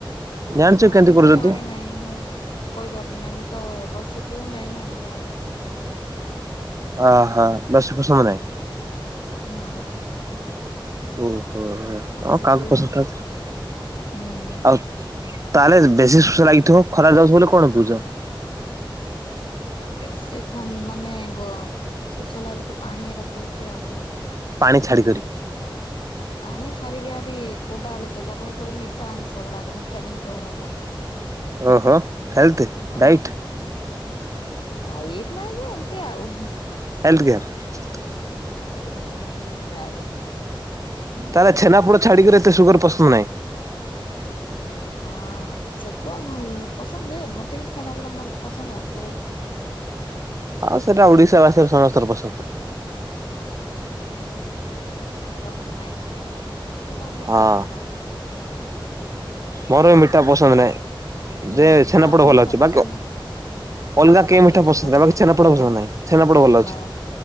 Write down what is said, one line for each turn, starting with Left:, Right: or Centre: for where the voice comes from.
Right: ଜାଣିଛୁ
Left: ନାଇଁ
Right: କେମିତି
Left: ମୁଁ
Right: କରୁଛନ୍ତି?
Left: ଜାଣି ନାଇଁ ମୁଁ କଇପାରିବି ନାଇଁ ମୁଁ ତ ଲ କେଉ ନହିଁ ନା ମଜା ଆଣ ନା
Right: ଓ ହୋ ଲସୁପଶମ ନହିଁ।
Left: ନାଇଁ
Right: ଓ ଓ
Left: ଲସି
Right: ହଁ କାହା
Left: ପିଉନି
Right: ପସନ୍ଦ
Left: ହୁଁ
Right: ଆଉ ତାହେଲେ ବେଶୀ ସୁଷ ଲାଗିଥିବ ଖରାପ ଯାଉଛ ବୋଲି କଣ ବହୁଛ
Left: ବେଶୀ ଥ ମାନେ ଗ ଶୋଷ ଲାଗଲେ ତ ପାଣି ଏକା ପିଉଛି ଆହୁରି।
Right: ପାଣି ଛାଡ଼ି କରିି
Left: ପାଣି ଛାଡିକି ଆହୁରି କୋଉଟା ହେଲେ ସେ ଯାକ ସବୁ ମିଠା ଅଂଶ ଗୁଡାକ ମିଠା ଜିନିଷ ଗୁଡାକ।
Right: ଓହୋ ହେଲଥ
Left: ହଁ
Right: ଡାଇଟ୍?
Left: ଡାଇଟ୍ ନାଇଁ ଯେ ଏମତି ଆଉ।
Right: <unintelligible>
Left: ଉ ବାଇ
Right: ତାର ଛେନା ପୋଡ ଛାଡିକରି ଏତେ ସୁଗର ପସନ୍ଦ ନାହିଁ।
Left: ହଁ ସବୁ ଆ ପସନ୍ଦ ଯେ ମତେ କିନ୍ତୁ ଛେନାପୋଡ଼ ମୋର ପସନ୍ଦ ଆଉ ବହୁତ।
Right: ଆଉ ସେଟା ଓଡିଶା ବାସୀର ସମସ୍ତଙ୍କ ପସନ୍ଦ।
Left: <unintelligible> ତ ମୋର ମିଠା
Right: ହଁ
Left: ପସନ୍ଦ।
Right: ମୋର ବି ମିଠା ପସନ୍ଦ ନାହିଁ
Left: ହୁଁ
Right: ଯେ ଛେନାପୋଡ
Left: କାହାକୁ ମିଠା
Right: ଭଲ ଅଛି
Left: ପସନ୍ଦ
Right: ବାକି
Left: ନା
Right: ଅଲଗା
Left: ବା
Right: କେହି ମିଠା ପସନ୍ଦ
Left: ପସ
Right: ନାହିଁ ବାକି ଛେନାପୋଡ ପସନ୍ଦ ନାହିଁ ଛେନାପୋଡ ଭଲ
Left: ବା
Right: ଅଛି